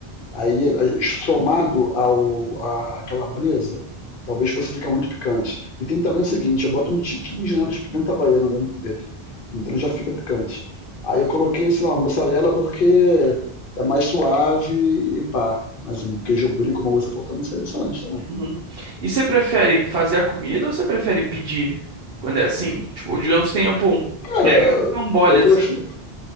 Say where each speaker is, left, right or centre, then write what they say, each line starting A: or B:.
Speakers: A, on the left; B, on the right.
A: aí aí, somado ao à calabresa, talvez fosse ficar muito picante. E tem também o seguinte, eu boto um tiquinho de nada de pimenta baiana dentro dele, então já fica picante. Aí eu coloquei, sei lá, mussarela porque é mais suave e pá. Mas um queijo brie, como você falou, também seria excelente também.
B: Uhum. E você prefere fazer a comida ou você prefere pedir? Quando é assim, tipo, digamos que tenha, pô, um
A: Cara,
B: mega rocambole
A: eu
B: assim.
A: prefiro.